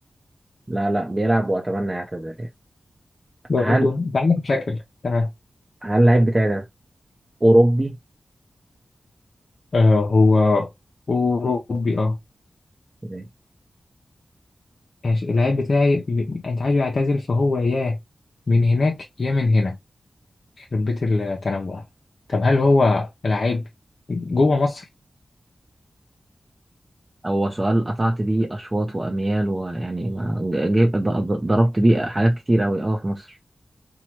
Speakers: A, on the right; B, on the left.
A: لا لا بيلعب واتمنى يعتزل يعني
B: برضه
A: هل
B: انت عندك مشاكل تمام
A: هل اللعيب بتاعي ده اوروبي
B: آه هو أوروبي اه
A: ماشي.
B: ماشي اللعيب بتاعي ب- انت عايزه يعتزل فهو يا من هناك يا من هنا يخرب بيت التنوع طب هل هو لعيب جوه مصر؟
A: هو سؤال قطعت بيه أشواط وأميال ويعني ما جيب ض- ض- ضربت بيه حاجات كتير أوي أه في مصر